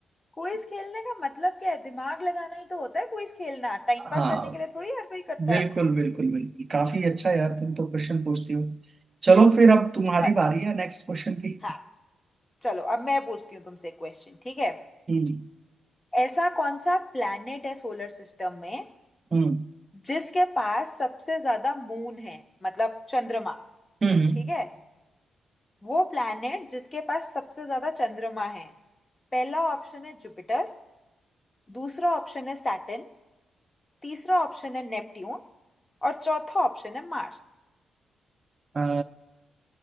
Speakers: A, on the left; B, on the right.
A: क्विज खेलने का मतलब क्या है दिमाग लगाना ही तो होता है क्विज खेलना टाइम पास
B: हाँ
A: करने के लिए थोड़ी हर कोई करता
B: बिल्कुल
A: है
B: बिल्कुल बिल्कुल काफी अच्छा यार तुम तो क्वेश्चन पूछती हो चलो फिर अब तुम्हारी
A: चल
B: बारी है नेक्स्ट क्वेश्चन की
A: हाँ चलो अब मैं पूछती हूँ तुमसे क्वेश्चन ठीक है
B: हम्म
A: ऐसा कौन सा प्लैनेट है सोलर सिस्टम में
B: हम्म
A: जिसके पास सबसे ज्यादा मून है मतलब चंद्रमा
B: हम्म हम्म।
A: ठीक है वो प्लैनेट जिसके पास सबसे ज्यादा चंद्रमा है पहला ऑप्शन है जुपिटर दूसरा ऑप्शन है सैटर्न तीसरा ऑप्शन है नेपट्यून और चौथा ऑप्शन है मार्स
B: अ,